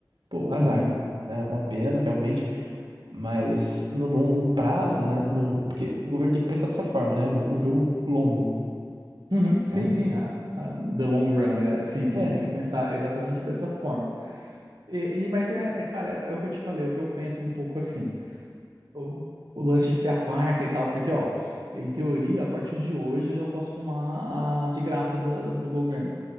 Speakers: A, on the right (about 85°); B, on the right (about 70°).
A: pô, azar,
B: uhum,
A: né? É Uma pena, realmente. Mas no longo prazo, né? No... Porque o governo tem que pensar dessa forma, né? No... O jogo longo,
B: uhum. Sim,
A: né?
B: sim, a, a- the long run, né? Sim, sim,
A: É,
B: tem que pensar exatamente dessa forma. E, e- mas é, é, cara, é, o que eu te falei, é o que eu penso um pouco assim. o, o lance de ter a quarta e tal, porque, ó, em teoria, a partir de hoje eu já posso tomar a de graça da- do governo.